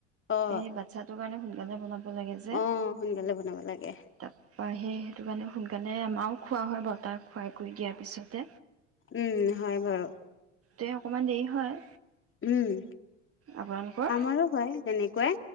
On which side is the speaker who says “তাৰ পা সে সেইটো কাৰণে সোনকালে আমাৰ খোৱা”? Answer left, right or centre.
Right